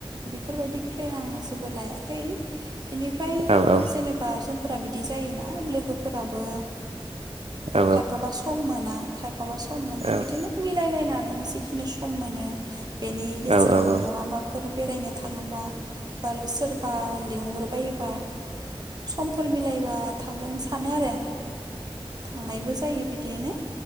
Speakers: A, on the right; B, on the right.
A: बेफोरबायदि प्लेन आं जेबो लायाखै बेनिफ्राय
B: औ औ
A: जेनेबा फोर बिदि जायोना लोगोफोराबो
B: औ
A: खायफाबा सम मोना माखौबा सम मोननाय
B: औ
A: बिदिनो
B: औ
A: मिलायलायनानै जिखिनि सम माने बेनि गेजेराव
B: औ
A: बहाबाफोर बेरायनो थाङोबा सोरबा लेंहर बायोबा समफोर मिलायबा थांगोन सानो आरो थांनायबो जायो बिदियनो